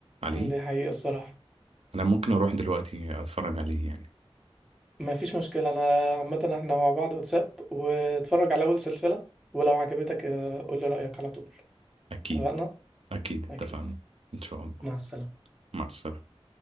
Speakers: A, on the right; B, in the centre.
A: عليه
B: اه، دي حقيقة الصراحة
A: انا ممكن اروح دلوقتي اتفرج عليه يعني
B: ما فيش مشكلة انا عامة احنا مع بعض واتساب واتفرج على اول سلسلة ولو عجبتك آه، قول لي رأيك على طول
A: اكيد
B: اتفقنا
A: اكيد اتفقنا
B: اكيد
A: ان شاء الله
B: مع السلامة
A: مع السلامة